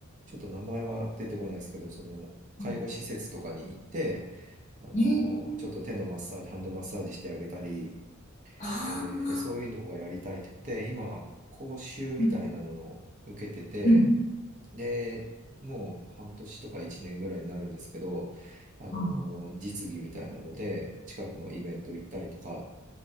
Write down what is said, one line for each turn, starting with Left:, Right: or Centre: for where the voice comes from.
Right: ちょっと名前は出てこないですけど、その、介護施設とかに行って、
Left: い。うん
Right: あの、
Left: ねえ。
Right: ちょっと手のマッサージ、ハンドマッサージしてあげたり、
Left: ああ、
Right: えーで、そういうのがやりたいって言って、今、講習みたいなのを受けてて、
Left: うん。うん。
Right: で、もう半年とか一年ぐらいになるんですけど、あのー実技みたいなので、
Left: は
Right: 近くのイベント行ったりとか